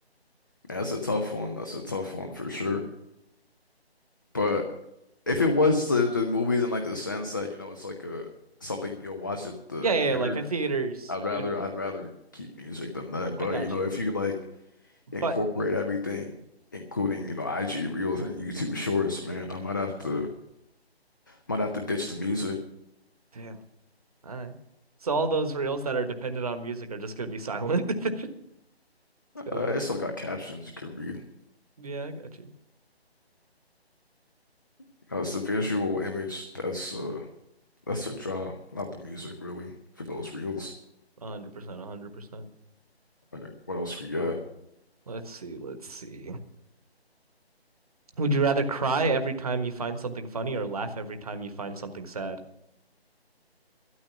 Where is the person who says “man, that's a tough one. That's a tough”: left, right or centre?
Left